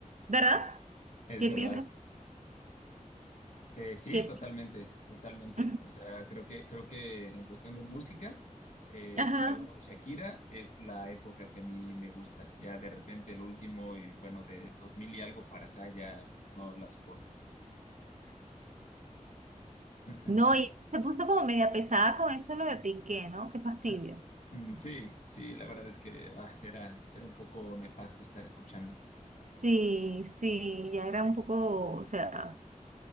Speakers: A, on the right; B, on the left.
A: ¿Verdad?
B: Es
A: ¿Qué
B: verdad.
A: piensas?
B: Eh, sí,
A: ¿Qué?
B: totalmente, totalmente.
A: Ujú.
B: O sea, creo que creo que en cuestión de música, eh,
A: Ajá.
B: si hablamos de Shakira, es la época que a mí me gusta. Ya de repente el último y bueno, de 2000 y algo para acá ya no la soporto. <laughs>
A: No, y se puso como media pesada con eso lo de Piqué, ¿no? Qué fastidio.
B: Ah, mm, sí, sí, la verdad es que ah, era era un poco nefasto estar escuchando.
A: Sí, sí, ya era un poco, o sea,